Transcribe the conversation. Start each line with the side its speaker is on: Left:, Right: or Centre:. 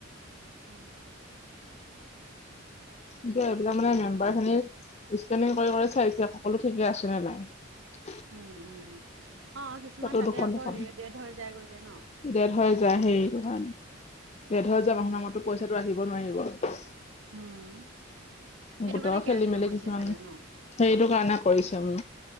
Right: উম।
Left: কি এইবিলাক মানে মেম্বাৰ খিনিৰ স্কেনিং কৰি-কৰি চাইছে, সকলো ঠিকে আছেনে নাই।
Right: উম, উম। অ', কিছুমান
Left: ফটো
Right: তাতে
Left: দুখন
Right: আকৌ
Left: দুখন
Right: হেৰি ডেট হৈ যায় গৈ যে নহ?
Left: ডেট হৈ যায়, হেৰি ডেট হৈ
Right: উম
Left: যায় <unintelligible> পইচাটো আহিব নোৱাৰিব।
Right: উম। সেইটো
Left: গোটৰ
Right: কাৰণে কে
Left: খেলি
Right: আৰ চি
Left: মেলি
Right: টো কৰিছে
Left: কিছুমান,
Right: চাগে ন
Left: সেইটো কাৰণে কৰিছে।